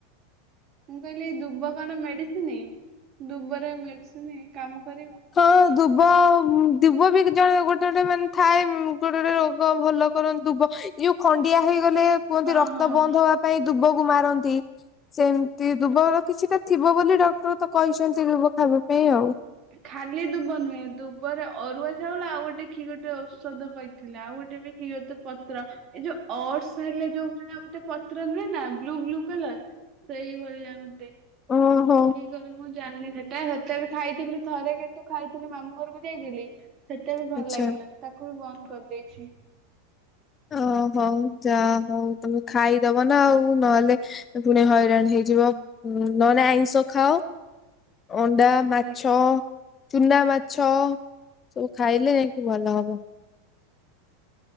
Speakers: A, on the right (about 35°); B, on the left (about 30°).
A: ମୁଁ କହିଲି ଦୁବ କଣ ମେଡିସିନ ଦୁବରେ ମେଡିସିନ କାମ କରିବ?
B: ହଁ ଦୁବ ଦୁବ ବି ଜଣେ ଗୋଟେ ଗୋଟେ ମାନେ ଥାଏ ଗୋଟେ ଗୋଟେ ରୋଗ ଭଲ କରନ୍ତି ଦୁବ ଏଇ ଯୋଉ ଖଣ୍ଡିଆ ହେଇଗଲେ କୁହନ୍ତି
A: ହଁ
B: ରକ୍ତ
A: ହଁ।
B: ବନ୍ଦ ହବା ପାଇଁ ଦୁବକୁ ମାରନ୍ତି। ସେମିତି ଦୁବ କିଛିଟା ଥିବ ବୋଲି ଡକ୍ଟର ତ କହିଛନ୍ତି ଦୁବ ଖାଇବା ପାଇଁ ଆଉ।
A: ଖାଲି ଦୁବ ନୁହେଁ ଦୁବରେ ଅରୁଆ ଚାଉଳ ଆଉ ଗୋଟେ କି ଗୋଟେ ଔଷଧ କହିଥିଲା ଆଉ ଗୋଟେ ବି କି ଗୋଟେ ପତ୍ର ଏଇ ଯୋଉ ଅଟସ ହେଲେ ଯୋଉ ଭଳିଆ ଗୋଟେ ପତ୍ର ନୁହେଁ ନା ବ୍ଲୁ ବ୍ଲୁ କଲର? ସେଇ ଭଳିଆ ଗୋଟେ
B: ଓହୋ।
A: କି କଲି ମୁଁ ଜାଣିନି ସେଟା ସେତେବେଳେ ବି ଖାଇଥିଲି ଥରେ କିନ୍ତୁ ଖାଇଥିଲି ମାମୁଁ ଘରକୁ ଯାଇଥିଲି। ସେଟା ବି ଭଲ
B: ଆଚ୍ଛା
A: ଲାଗିଲାନି ତାକୁ ବି ବନ୍ଦ କରିଦେଇଛି।
B: ଓହୋ, ଯା ହଉ ତମେ ଖାଇଦବ ନା ଆଉ ନହେଲେ ପୁଣି ହଇରାଣ ହେଇଯିବ ନହନେ ଆଇଁଷ ଖାଅ ଅଣ୍ଡା ମାଛ,
A: ଦେଖ
B: ଚୁନା ମାଛ, ସବୁ ଖାଇଲେ ଯାଇକି ଭଲ ହବ।